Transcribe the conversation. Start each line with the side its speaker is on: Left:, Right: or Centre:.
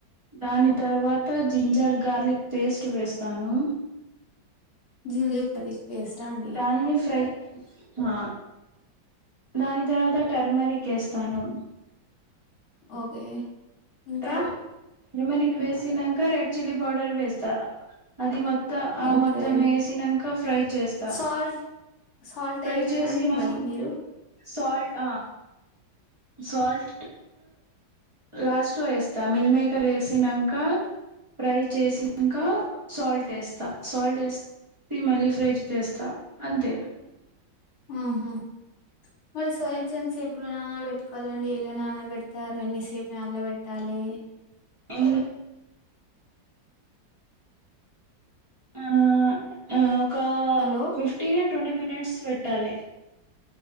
Right: దాని తర్వాత జింజర్ గార్లిక్ పేస్ట్ వేస్తాను
Left: జింజర్ గార్లిక్ పేస్ట్ ఆ అండి
Right: దాన్ని ఫ్రై ఆ దాని తర్వాత టర్మరిక్ వేస్తాను
Left: ఓకే ఇంకా
Right: టర్మ టర్మరిక్ వేసినంక రెడ్ చిల్లీ పౌడర్ వేస్తా అది మొత్తం ఆ
Left: ఓకే
Right: మొత్తం వేసినంక ఫ్రై చేస్తా
Left: సాల్ట్ సాల్ట్
Right: ఫ్రై
Left: ఎయ్యారా
Right: చేసినం
Left: అండి మరి మీరు
Right: సాల్ట్ ఆ సాల్ట్ లాస్ట్ లో వేస్తా మిల్ మీకర్ వేసినంక ఫ్రై చేసినంక సాల్ట్ ఏస్తా సాల్ట్ ఏస్ మళ్ళీ ఫ్రై చేస్తా అంతే
Left: హ్మ్మ్ మరి సోయా జంక్స్ ఎప్పుడు నాన్న పెట్టుకోవాలండి ఎలా నాన్నపెడతారు ఎన్నిసేపు నాన్లా పెట్టాలే.
Right: ఎం ఆ ఆ ఒక
Left: హలో
Right: ఫిఫ్టీను ట్వంటీ మినిట్స్ పెట్టాలే